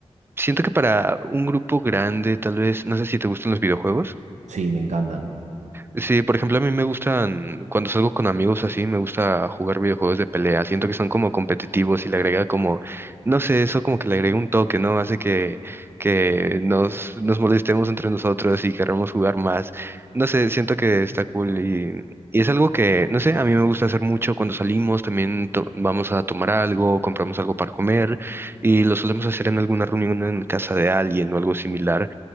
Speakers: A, on the right (about 20°); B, on the right (about 80°).
A: Siento que para un grupo grande, tal vez, no sé si te gustan los videojuegos.
B: Sí, me encantan.
A: Sí, por ejemplo, a mí me gustan, cuando salgo con amigos así, me gusta jugar videojuegos de pelea. Siento que son como competitivos y le agrega como, no sé, eso como que le agrega un toque, ¿no? Hace que, que nos, nos molestemos entre nosotros y queramos jugar más. No sé, siento que está cool y, y es algo que, no sé, a mí me gusta hacer mucho cuando salimos. También to- vamos a tomar algo, compramos algo para comer y lo solemos hacer en alguna reunión en casa de alguien o algo similar.